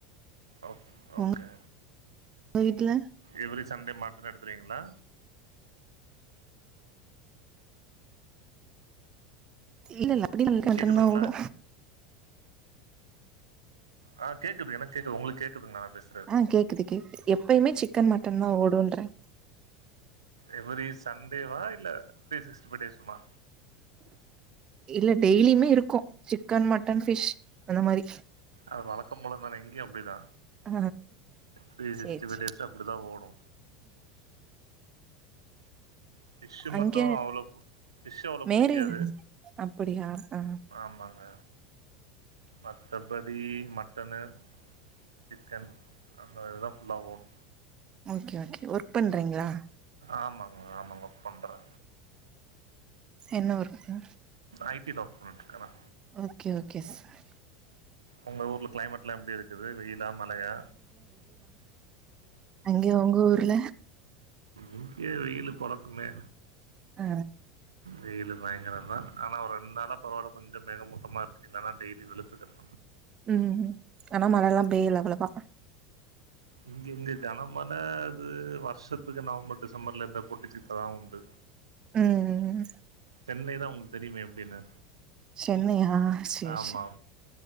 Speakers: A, on the right; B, on the right.
A: ஓகே okay
B: உங்க வீட்ல
A: எவரி சண்டே மட்டன் எடுத்றுவிங்ளா
B: இல்லல்ல அப்புடில இல்ல மட்டன்தா
A: கேக்குதுங்களா
B: ஓடு
A: ஆ கேக்குது எனக்கு கேக்குது ஒங்களுக்கு கேக்குதுங்களா நா பேசு
B: ஆ கேக்குது கேக்குது எப்பயுமே சிக்கன் மட்டன்தா ஓடுன்றே
A: எவரி சண்டேவா இல்ல த்ரீ சிக்ஸ்டி ஃபைவ் டேசுமா
B: இல்ல டெய்லியுமே இருக்கு சிக்கன் மட்டன் ஃபிஷ் அந்த மாரி
A: அது வழக்க போலதானே இங்கயு அப்டிதா
B: ஆ
A: த்ரீ
B: சேரி
A: சிக்ஸ்டிஃபைவ்
B: சேரி
A: டேசும் அப்டிதா ஓடு ஃபிஷ்
B: அங்க
A: மட்டு அவ்ள பிஷ் அவ்ளோ
B: மேரேஜ்
A: புடிக்காது
B: அப்டியா ஆ
A: ஆமாங்க மத்தபடி மட்டனு சிக்கன் அந்த இதா ஃபுல்லா ஓடு
B: ஓகே ஓகே ஒர்க் பண்றிங்ளா
A: ஆமாங்க ஆமாங்க ஒர்க் பண்றே
B: என்ன ஒர்குங்க
A: ஐ டில ஒர்க் பண்ணிட்டு இருக்க நா
B: ஓகே ஓகே சார்
A: ஒங்க ஊர்ல க்ளைமேட்ல்லா எப்டி இருக்குது வெயிலா மழையா
B: அங்கே ஒங்க ஊர்ல
A: இங்கே வெயிலு பொலக்குமே
B: ஆ
A: வெயிலு பயங்கரந்தா ஆனா ஒரு ரெண் நாளா பரவால்ல கொஞ்ச மேக மூட்டமா இருக்கு இருந்தாலு டெய்லி வெளுத்துக்கட் <unintelligible>
B: ம் ஆனா மழல்லா பெய்யல அவ்வளவா
A: இங்க இங்க கனமழை அது வருஷத்துக்கு நவம்பர் டிசம்பர்ல இந்த போட்டுச்சிட்டதா உண்டு
B: ம்
A: சென்னைதா உங்களுக்கு தெரியுமே எப்டின்னு
B: சென்னையா சேரி
A: ஆமா
B: சேரி